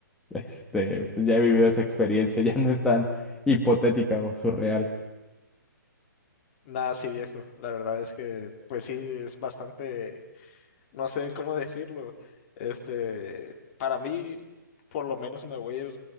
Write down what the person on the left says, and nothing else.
Nada, sí viejo. La verdad es que, pues sí, es bastante, no sé cómo <laughs> decirlo. Este, para mí, por lo menos me voy a ir